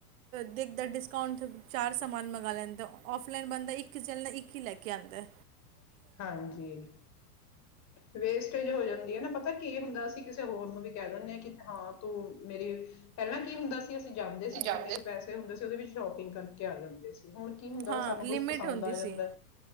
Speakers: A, on the right; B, on the left.
A: ਦੇਖਦਾ ਡਿਸਕਾਊਂਟ ਚਾਰ ਸਮਾਨ ਮੰਗਵਾ ਲੈਂਦਾ ਔਫਲਾਈਨ ਬੰਦਾ ਇੱਕ ਚੱਲ ਨਾਲ ਇੱਕ ਹੀ ਲੈ ਕੇ ਆਉਂਦਾ ਏ
B: ਹਾਂਜੀ ਵੇਸਟੇਜ ਹੋ ਜਾ ਨਾ ਪਤਾ ਕੀ ਹੁੰਦਾ ਅਸੀਂ ਕਿਸੇ ਹੋਰ ਨੂੰ ਵੀ ਕਹਿ ਦਿੰਦੇ ਆ ਕਿ ਹਾਂ ਤੂੰ ਮੇਰਿ ਪਹਿਲਾਂ ਕੀ ਹੁੰਦਾ ਸੀ ਜਾਂਦੇ ਸੀ
A: ਜਾਂਦੇ
B: ਜਿੰਨੇ ਕੁ ਪੈਸੇ ਹੁੰਦੇ ਸੀ ਉਹਦੇ ਵਿੱਚ ਸ਼ੋਪਿੰਗ ਕਰਕੇ ਆ ਜਾਂਦੇ ਸੀ ਹੁਣ ਕੀ ਹੁੰਦਾ
A: ਹਾਂ
B: ਸਾਨੂੰ
A: ਲਿਮਿਟ
B: ਕੁਛ ਪਸੰਦ
A: ਹੁੰਦੀ
B: ਆ
A: ਸੀ
B: ਜਾਂਦਾ